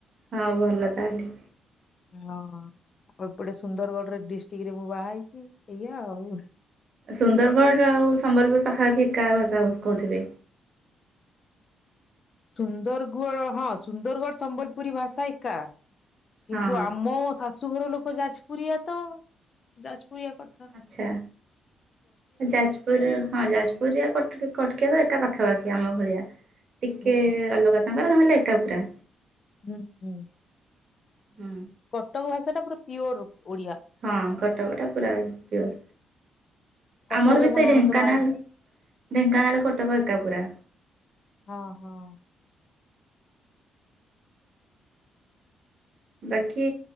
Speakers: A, on the right (about 50°); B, on the left (about 45°).
A: ହଁ ଭଲ ତାହେଲେ।
B: ହଁ ଆଉ ଏପଟେ ସୁନ୍ଦରଗଡ ଡିଷ୍ଟ୍ରିକ୍ଟ ରେ ମୁଁ ବାହା ହେଇଛି ଏଇଆ ଆଉ।
A: ସୁନ୍ଦରଗଡ଼ ଆଉ ସମ୍ବଲପୁର ପାଖାପାଖି ଏକା ଭାଷା କହୁଥିବେ?
B: ସୁନ୍ଦରଗଡ଼ ହଁ ସୁନ୍ଦରଗଡ଼ ସମ୍ବଲପୁରୀ ଭାଷା ଏକା। କିନ୍ତୁ
A: ହଁ।
B: ଆମ ଶାଶୁଘର ଲୋକ ଯାଜପୁରଆ ତ ଯାଜପୁରଆ କ
A: ଆଚ୍ଛା ଯାଜ ପୁର ହଁ ଯାଜପୁର କଟକିଆ ତ ଏକା ପାଖାପାଖି ଆମ ଭଳିଆ। ଟିକେ
B: ହୁଁ
A: ଅଲଗା ତାଙ୍କର ନହେଲେ ଏକାପୁରା।
B: ହୁଁ ହୁଁ।
A: ହୁଁ।
B: କଟକ ଭାଷା ଟା ପୁରା ପିଓର ଓଡିଆ।
A: ହଁ କଟକ ଟା ପୁରା ପିଓର।
B: କଟକରେ
A: ଆମର ବି
B: ମୋ
A: ସେଇ
B: ନଣନ୍ଦ
A: ଢେଙ୍କାନାଳ
B: ବାହା ହେଇଛି
A: ଢେଙ୍କାନାଳ କଟକ ଏକା ପୁରା।
B: ହଁ ହଁ।
A: ବାକି